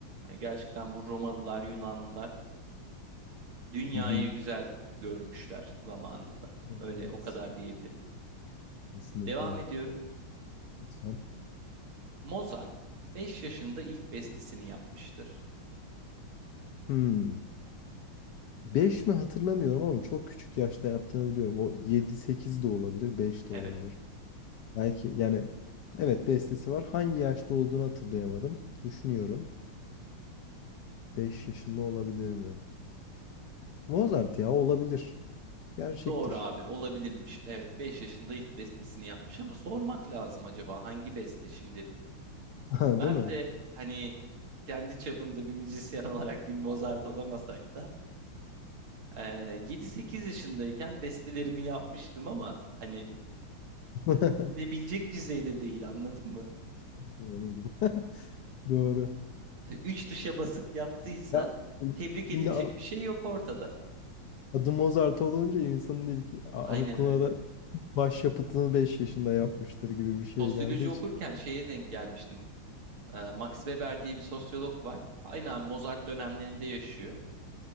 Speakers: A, on the right; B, on the left.
A: Hani gerçekten bu Romalılar, Yunanlılar dünyayı
B: Hı hı.
A: güzel görmüşler zamanında.
B: Evet,
A: Öyle
B: evet.
A: o kadar diyebilirim.
B: Kesinlikle.
A: Devam ediyorum.
B: Lütfen.
A: Mozart 5 yaşında ilk bestesini yapmıştır.
B: Hmm. Beş mi hatırlamıyorum ama çok küçük yaşta yaptığını biliyorum. O yedi sekiz de olabilir, 5 de
A: Evet.
B: olabilir. Belki yani evet bestesi var. Hangi yaşta olduğunu hatırlayamadım. Düşünüyorum. 5 yaşında olabilir mi? Mozart ya olabilir. Gerçektir.
A: Doğru abi olabilirmiş. Evet 5 yaşında ilk bestesini yapmış ama sormak lazım acaba hangi beste şimdi?
B: <laughs> Ha,
A: Ben
B: Değil mi?
A: de hani kendi çapında bir müzisyen olarak bir Mozart olamasak da eee 7-8 yaşındayken bestelerimi yapmıştım ama hani
B: <laughs>
A: dinlenebilecek düzeyde değil anladın mı?
B: Doğru. <laughs> Doğru.
A: Hani 3 tuşa basıp yaptıysa
B: Ya,
A: tebrik
B: Şimdi
A: edilecek bir şey yok ortada.
B: Adı Mozart olunca insanın ilk a-
A: Aynen
B: aklına
A: öyle.
B: da başyapıtını 5 yaşında yapmıştır gibi bir şey
A: Sosyoloji
B: geldiği için.
A: okurken şeye denk gelmiştim. Eee, Max Weber diye bir sosyolog var. Aynen Mozart dönemlerinde yaşıyor.